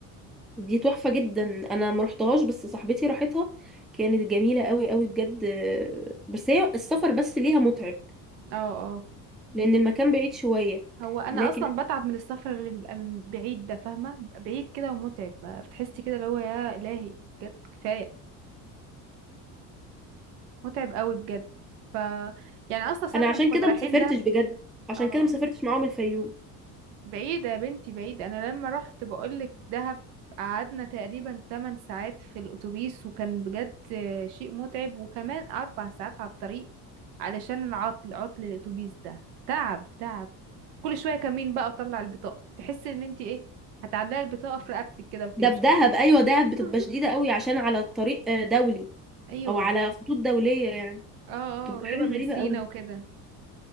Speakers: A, in the centre; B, on the right.
A: دي تحفة جدا أنا مرحتهاش بس صاحبتي راحتها كانت جميلة قوي قوي بجد آه، بس هي السفر بس ليها متعب
B: اه اه
A: لأن المكان بعيد شوية
B: هو انا
A: لكن
B: اصلا بتعب من السفر اللي بيبقى من بعيد ده فاهمة بيبقى بعيد كده ومتعب بتحسي كده اللي هو يا الهي بجد كفاية متعب قوي بجد ف يعني اصلا ساعة
A: أنا عشان
B: لما كنا
A: كده ما
B: رايحين
A: سافرتش
B: دهب
A: بجد عشان
B: اه
A: كده ما سافرتش معاهم الفيوم
B: بعيدة يا بنتي بعيدة أنا لما رحت بقولك دهب قعدنا تقريبا 8 ساعات في الأتوبيس وكان بجد شيء متعب وكمان أربع ساعات على الطريق علشان العطل عطل الأتوبيس ده تعب تعب كل شوية كمين بقى وطلع البطاقة تحسي إن انتي ايه هتعلقي البطاقة في رقبتك كده وتمشي
A: ده في دهب
B: بيها
A: أيوة دهب بتبقى
B: <laughs>
A: شديدة قوي عشان على طريق آه، دولي
B: أيوة
A: أو على خطوط دولية يعني
B: اه
A: بتبقى
B: اه قريبة
A: حاجة
B: من
A: غريبة
B: سينا
A: قوي
B: وكده